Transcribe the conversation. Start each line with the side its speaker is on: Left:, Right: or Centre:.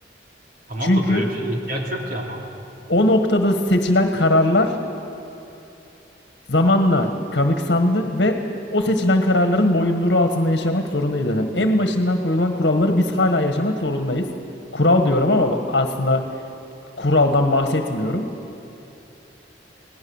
Right: Tamam
Left: Çünkü
Right: da böyle bir şeye ihtiyaç yok ki ama.
Left: o noktada seçilen kararlar Zamanla kanıksandı ve o seçilen kararların boyunduruğu altında yaşamak zorundayız zaten. En başından koyulan kuralları biz hala yaşamak zorundayız. Kural diyorum ama aslında kuraldan bahsetmiyorum.